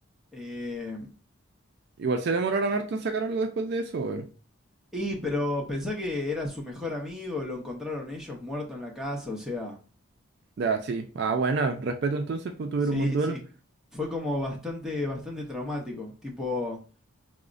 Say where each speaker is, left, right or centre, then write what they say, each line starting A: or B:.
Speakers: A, in the centre; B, on the right.
A: Eh,
B: Igual se demoraron harto en sacar algo después de eso, weón.
A: Y, pero pensá que era su mejor amigo, lo encontraron ellos muerto en la casa, o sea,
B: Ya, sí. Ah, bueno, respeto entonces, pues tuvieron
A: sí,
B: un buen duelo.
A: sí, fue como bastante, bastante traumático. Tipo,